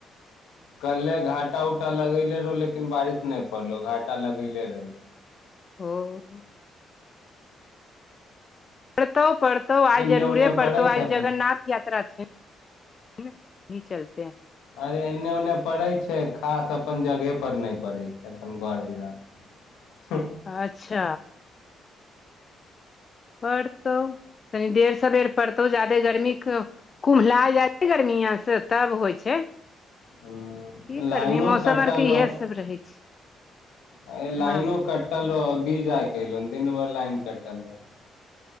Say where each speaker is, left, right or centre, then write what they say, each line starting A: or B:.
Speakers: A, on the left; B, on the left.
A: कल्हे घाटा उटा लगैले रहियौ लेकिन बारिश नहि पड़लो घाटा लगेले रहहि
B: <unintelligible> पड़तौ पड़तौ आइ
A: एन्ने
B: जरूरे
A: ओन्ने
B: पड़तौ
A: पड़ै
B: आइ
A: छै अपने
B: जगन्नाथ यात्रा छै <unintelligible> चलते है
A: अरे एने ओने पड़ै छै खास अपन जगह पर नहि पड़ै छै अपन बड़ बिरा <unintelligible>
B: अच्छ पड़तौ तनी देड़ सबेर पड़तौ ज्यदे गर्मी कुम्ला जाइ छै गर्मिय से तब होइ छै
A: हूँ
B: की
A: लाइनो
B: करबही मौसम
A: कटल
B: अर के इएह सब रहै छै
A: अ
B: हँ
A: लइनो कटल रहौ अभी जा क ऐलौ दिन भर लाइन कटल रहे